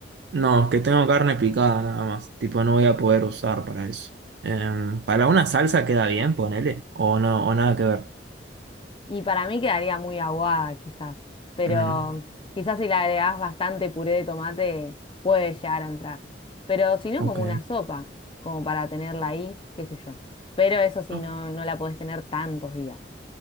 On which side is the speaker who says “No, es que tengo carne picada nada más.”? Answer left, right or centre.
Right